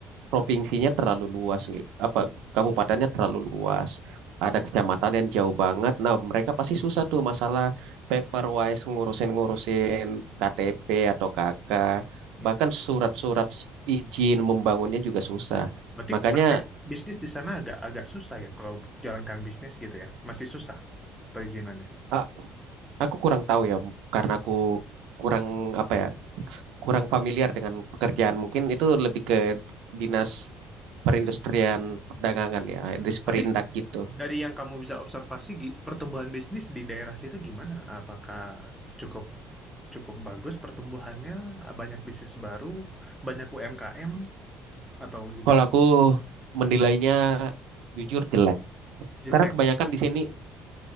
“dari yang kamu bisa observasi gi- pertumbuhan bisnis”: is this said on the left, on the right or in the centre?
Centre